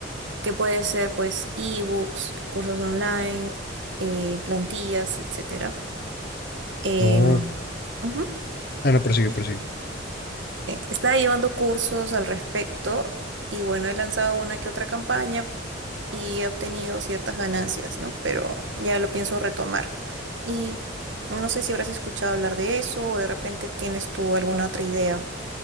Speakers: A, on the right; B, on the left.
A: que puede ser pues ebooks, cursos online, eh, plantillas, etcétera. Em,
B: Oh,
A: ujú.
B: ah, no, persigue,
A: <laughs>
B: persigue.
A: Estaba llevando cursos al respecto y bueno, he lanzado una que otra campaña y he obtenido ciertas ganancias, ¿no? Pero ya lo pienso retomar. Y no sé si habrás escuchado hablar de eso o de repente tienes tú alguna otra idea